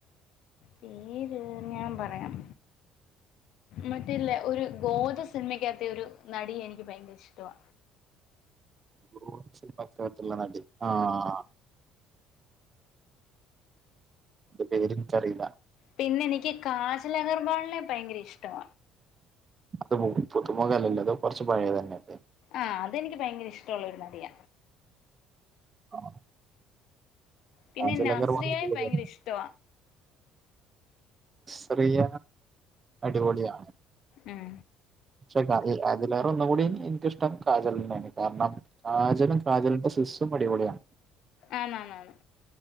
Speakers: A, on the left (about 70°); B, on the right (about 30°).
A: പേര് ഞാമ്പറയാം മറ്റെല്ലെ ഒരു ഗോദ സിനിമയ്ക്കാത്തെ ഒരു നടിയെനിക്ക് ഭയങ്കര ഇഷ്ടവാ
B: ഗോദ സിനിമയ്ക്കാത്തുള്ള നടി ആഹ് ന്റെ പേരെനിക്കറിയില്ല
A: പിന്നെനിക്ക് കാജലഗർവാളിനെ ഭയങ്കര ഇഷ്ടവ
B: അത് പുതുമുഖല്ലല്ലോ ത് കൊറച്ച് പഴേതന്നെയല്ലേ
A: ആഹ് അതെനിക്ക് ഭയങ്കര ഇഷ്ടവൊള്ളൊരു നടിയ
B: ആഹ്
A: പിന്നെ
B: കാജൽ
A: നസ്രിയായെ
B: അഗർവാൾ അടിപൊളിയാണ്.
A: ഭയങ്കരിഷ്ടവ
B: സ്രിയ അടിപൊളിയാണ്
A: ഉം
B: പക്ഷെ ക അതിലേറെ ഒന്നുകൂടിം എനിക്കിഷ്ടം കാജലിനെയാണ് കാരണം കാജലും കാജലിന്റെ സിസ്റ്ററും അടിപൊളിയാണ്
A: ആന്നാന്നാന്ന്